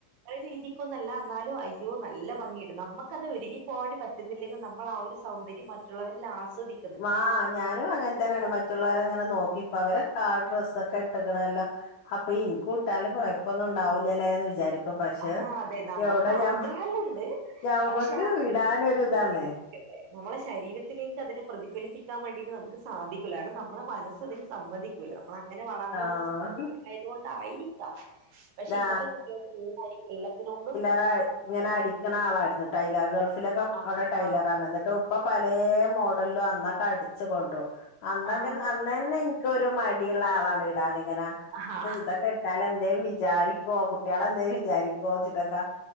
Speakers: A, on the right (about 70°); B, on the left (about 80°).
A: ഒര് രീതിക്കൊന്നല്ല എന്നാലും അയ്യോ നല്ല ഭംഗിണ്ട് നമുക്കത് ഒരുങ്ങി പോവണ്ടി പറ്റ റ്റ്ന്നില്ലെങ്കി നമ്മൾ ആ ഒരു സൗന്ദര്യം മറ്റുള്ളവരിൽ ആസ്വദി
B: ആഹ് ഞാനും അങ്ങനെ തന്നെണ് മറ്റുള്ളവരെങ്ങനെ നോക്കിക്കു അവരെ ട്ടാ ഡ്രസ്സൊക്കെ ട്ട്കണല്ലോ അപ്പൊ ഇൻകൂട്ടാലും കൊഴപ്പൊന്നും ണ്ടാവൂല്ലലെ ന്ന് വിചാരിക്ക. ക്കും പക്ഷെ
A: ആ അതെ നമ്മുക്കും
B: എവിടെ ഞ
A: ആഗ്രഹെല്ലാം ഉണ്ട്
B: ഞമ്മക്ക്
A: പക്ഷെ ആ ശരീരത്തിലേക്കല്ലേ,
B: ഇടാനൊരു താണ്.
A: നമ്മളെ ശരീരത്തിലേക്ക് അതിനെ പ്രതിഫലിപ്പിക്കാൻ വേണ്ടീട്ട് നമ്ക്ക് സാധിക്കൂല കാരണം നമ്മളെ മനസ് സ് അതിന് സംമ്മതിക്കൂല മ്മള അങ്ങനെ വളർന്ന
B: ആഹ്
A: വന്ന സാഹചര്യം ആയതു കൊണ്ടായിരിക്കാം. പഷെ
B: ആ
A: ഇപ്പത്തെ കുട്ട്യേക്ക് ഏതായിരിക്കും എല്ലാത്തിനോടും
B: ഇപ്പ ഇങ്ങനെ അടിക്കണ ആളാര്ന്നു ടൈല ഗൾഫിലൊക്കെ
A: ആ
B: അവടെ ടൈലറണ്
A: ആ
B: എന്നിട്ടു. പ്പ പലെ മോഡലും അന്നൊക്കെ അടിച്ചു കൊണ്ടോ അന്നൊക്കെ
A: ആ
B: അന്നന്നെ ഇൻക്കൊരു മടിയ്ള്ള ആളാണ് ഇടാനിങ്ങനെ
A: ആ
B: ഇത്
A: ആ,
B: ഇതൊക്കെ ഇട്ടാല് എന്തേ വി ചാരിക്കോ കുട്ടിളെന്തേ വിചാരിക്കോച്ച്ട്ടൊക്കെ,